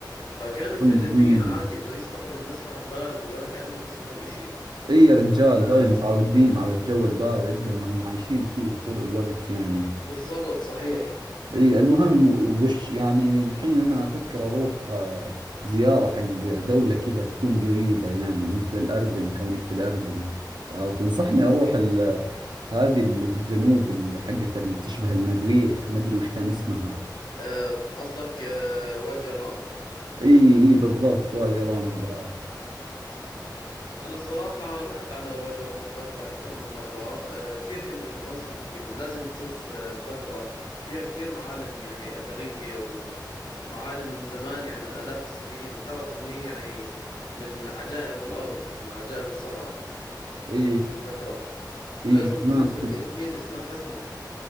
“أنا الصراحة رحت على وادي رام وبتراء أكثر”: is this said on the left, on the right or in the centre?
Left